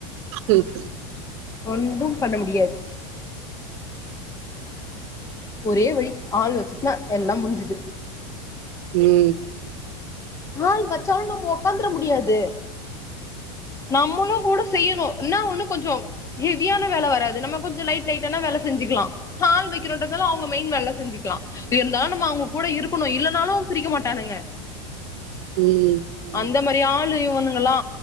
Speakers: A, on the right; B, on the left.
A: ம்
B: ஒன்றும் பண்ண முடியாது ஒரே வழி ஆள் வச்சுட்டுன்னா எல்லா முடிஞ்சுது
A: ம்
B: ஆள் வச்சாலு நம்ம ஒக்காந்துர முடியாது நம்மளு கூட செய்யணு என்னா ஒன்னு கொஞ்சோ ஹெவியான வேல வராது நம்ம கொஞ்சோ லைட் லைட்டான வேல செஞ்சுக்கலா ஹால் வெக்கிறோன்றதால அவுங்க மெயின் வேல செஞ்சுக்கலா இருந்தாலு நம்ம அவுங்க கூட இருக்கணு இல்லனாலு பிரிக்க மாட்டானுங்க
A: ம் ம்.
B: அந்த மாரி ஆளு இவனுங்கெல்லா